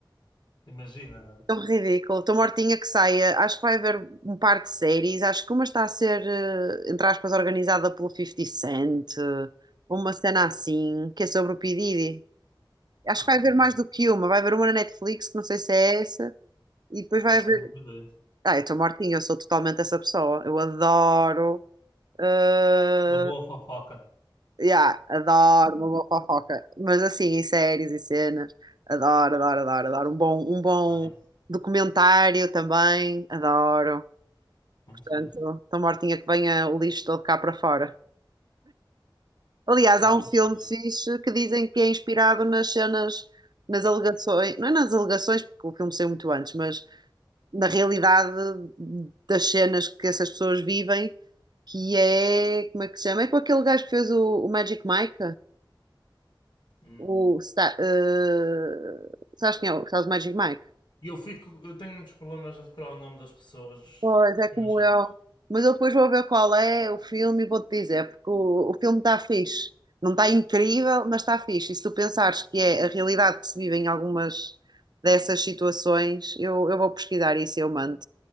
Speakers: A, on the left (about 60°); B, on the right (about 55°).
A: Imagina, né?
B: tão ridículo. Estou mortinha que saia. Acho que vai haver um par de séries. Acho que uma está a ser, eh, entre aspas, organizada pelo 50 Cent, eh, uma cena assim, que é sobre o P. Diddy. Acho
A: Ah,
B: que vai haver mais do que uma. Vai haver uma na Netflix, que não sei se é essa. E depois
A: eu faço
B: vai haver.
A: a minha ideia.
B: Ah, eu estou mortinha, eu sou totalmente essa pessoa. Eu adoro. ah,
A: Uma boa fofoca.
B: yeah, adoro uma boa fofoca. Mas assim, em séries e cenas, adoro, adoro, adoro, adoro. Um bom, um bom
A: Nice.
B: documentário também, adoro.
A: Muito
B: Portanto,
A: fixe.
B: estou mortinha que venha o lixo todo cá para fora. Aliás,
A: O
B: há
A: investidor.
B: um filme fixe que dizem que é inspirado nas cenas, nas alegações, não é nas alegações, porque o filme saiu muito antes, mas na realidade das cenas que essas pessoas vivem, que é, como é que se chama? É com aquele gajo que fez o, o Magic Mike?
A: Hum.
B: O, Sta- eh, sabes quem é? o- Sabes o Magic Mike?
A: E eu fico. Eu tenho muitos problemas a decorar o nome das pessoas
B: Pois,
A: estrangeiras.
B: é como eu. Mas eu depois vou ver qual é o filme e vou-te dizer, porque o, o filme está fixe. Não está incrível, mas está fixe. E se tu pensares que é a realidade que se vive em algumas dessas situações, eu, eu vou pesquisar isso e eu mando